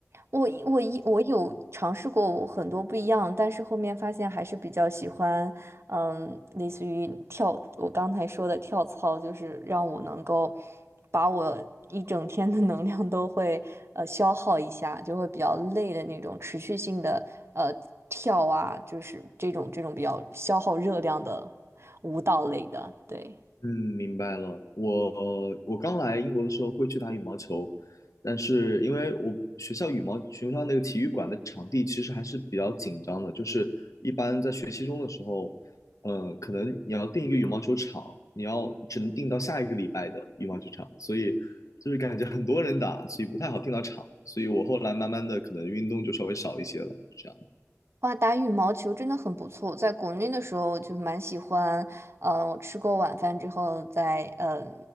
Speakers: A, on the right; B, on the left.
A: 我我一我有尝试过很多不一样，但是后面发现还是比较喜欢，嗯，类似于跳，我刚才说的跳操，就是让我能够把我一整天的能量都会呃消耗一下，就会比较累的那种持续性的呃跳啊，就是这种这种比较消耗热量的舞蹈类的，对。
B: 嗯，明白了。我我刚来英国的时候会去打羽毛球，但是因为我学校羽毛学校那个体育馆的场地其实还是比较紧张的，就是一般在学期中的时候，呃，可能你要定一个羽毛球场，你要只能定到下一个礼拜的羽毛球场，所以就是感觉很多人打，所以不太好定到场，所以我后来慢慢的可能运动就稍微少一些了，是这样。
A: 哇，打羽毛球真的很不错。在国内的时候就蛮喜欢，呃，我吃过晚饭之后在呃